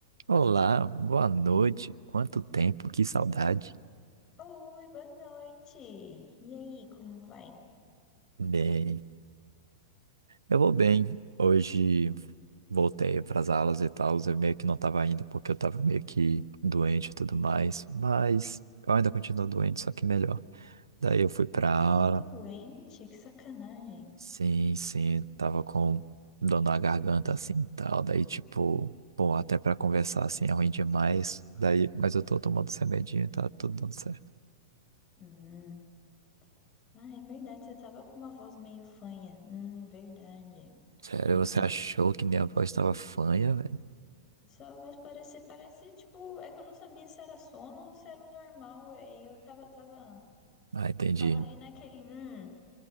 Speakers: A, on the right; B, on the left.
A: Olá, boa noite. Quanto tempo, que saudade.
B: Oi, boa noite. E aí, como vai?
A: Bem, eu vou bem. Hoje voltei para as aulas e tal. Eu meio que não estava indo porque eu estava meio que doente e tudo mais, mas eu ainda continuo doente, só que melhor. Daí eu fui para
B: Eu tava
A: aula.
B: doente, que sacanagem.
A: Sim, sim, tava com dor na garganta assim e tal. Daí tipo, pô, até para conversar assim é ruim demais.
B: Nossa, é ruim demais.
A: Daí, mas eu tô tomando esse remedinho, e tá tudo dando certo.
B: Hum. Ah, é verdade, você tava com uma voz meio fanha. Hum, verdade.
A: Sério,
B: <laughs>
A: você achou que minha voz estava fanha, velho?
B: Uhum. Sua voz parecia, parecia tipo, é que eu não sabia se era sono ou se era o normal. aí Eu tava, tava,
A: Ah, entendi.
B: tava ali naquele, hum,